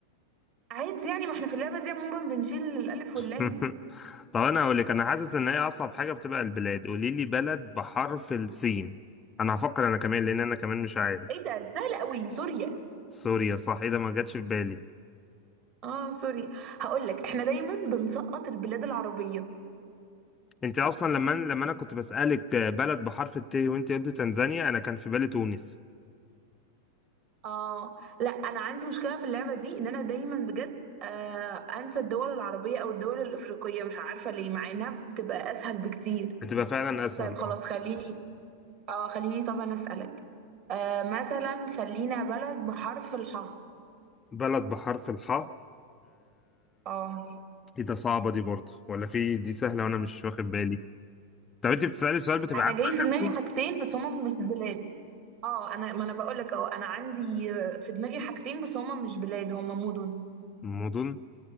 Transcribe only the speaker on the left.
<laughs> طب انا هقول لك انا حاسس ان هي اصعب حاجة بتبقى البلاد قولي لي بلد بحرف السين انا هفكر انا كمان لان انا كمان مش عارف
سوريا صح ايه ده ما جاتش في بالي
انت اصلا لما أنا- لما انا كنت بسألك بلد بحرف الت وانت قلت تنزانيا انا كان في بالي تونس
هتبقى فعلا اسهل
اه
بلد بحرف الحاء
ايه ده صعبة دي برضه ولا في دي سهلة وانا مش واخد بالي طب انت بتسألي سؤال بتبقى
عارفة
اجابته
الموضوع